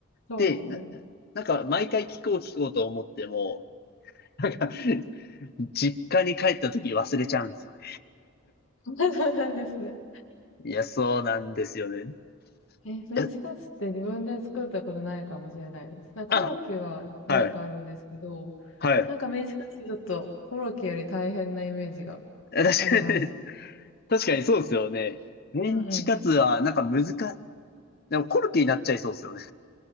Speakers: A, on the left; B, on the left.
A: そうですね。
B: で、ななんか、毎回聞こう聞こうと思っても、なんか、実家に帰った時忘れちゃうんですよね。
A: <laughs> そうなんですね。
B: いや、そうなんですよね。
A: え、メンチカツって自分で作ったことないかもしれないです。
B: え
A: なんかコロッケは何回かあるんですけど、
B: あ、はい、はい。
A: なんかメンチカツってちょっとコロッケより大変なイメージが
B: 確かに、
A: あります。
B: 確かにそうですよね。メンチカツは、
A: うん。
B: なんか難し、でもコルキになっちゃいそうですよね。